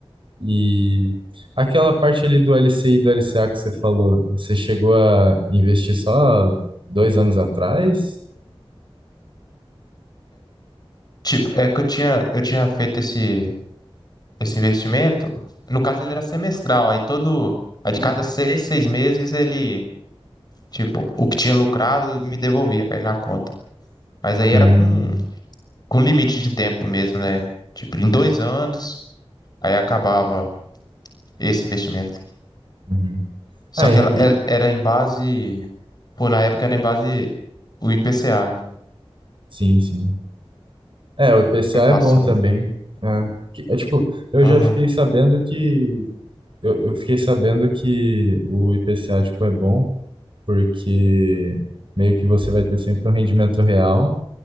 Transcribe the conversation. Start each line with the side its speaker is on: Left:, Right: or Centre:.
Right: E aquela parte ali do LCI e do LCA que você falou, você chegou a investir só dois anos atrás?
Left: Tipo, é que eu tinha, eu tinha feito esse, esse investimento. No caso, ele era semestral. Aí todo, aí de cada seis, seis meses, ele, tipo, o que tinha lucrado me devolvia, caía na conta. Mas aí
Right: Hum,
Left: era com, com limite de tempo mesmo, né? Tipo, em dois anos, aí acabava esse investimento.
Right: uhum.
Left: Só
Right: Ah,
Left: que
Right: e-
Left: ela
Right: e-
Left: ela- era em base, pô, na época era em base o IPCA, né?
Right: sim, sim. É, o IPCA
Left: A inflação,
Right: é bom também.
Left: né?
Right: É, Que- é tipo, eu
Left: Aham.
Right: já fiquei sabendo que eu, eu fiquei sabendo que o IPCA tipo é bom porque meio que você vai ter sempre um rendimento real,